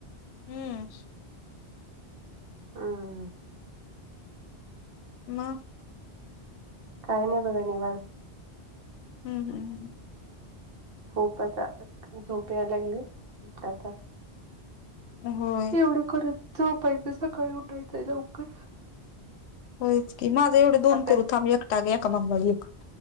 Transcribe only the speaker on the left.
हम्म
मग
हम् हम्म ह
होय
होयच की माझा एवढे दोन
करू थांब एक एका मागणं एक.